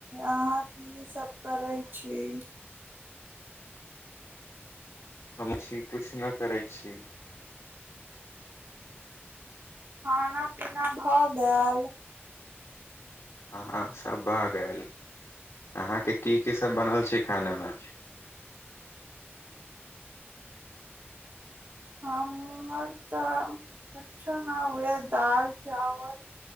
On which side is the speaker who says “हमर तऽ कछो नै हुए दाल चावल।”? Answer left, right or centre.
Right